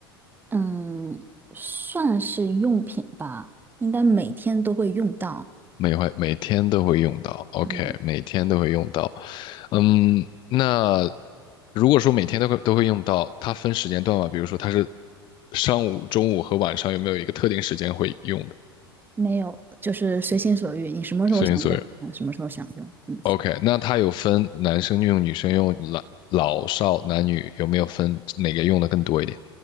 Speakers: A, on the right; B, on the left.
A: 嗯，算是用品吧，应该每天都会用到。
B: 每回每天都会用到，OK，
A: 嗯，
B: 每天都会用到。嗯，那如果说每天都会都会用到，它分时间段嘛，比如说它是上午、中午和晚上，有没有一个特定时间会用的？
A: 没有，就是随心所欲，你什么时候想用，
B: 随心所欲
A: 什么时候想用。嗯
B: o k 那它有分男生用、女生用、老老少男女，有没有分哪个用的更多一点，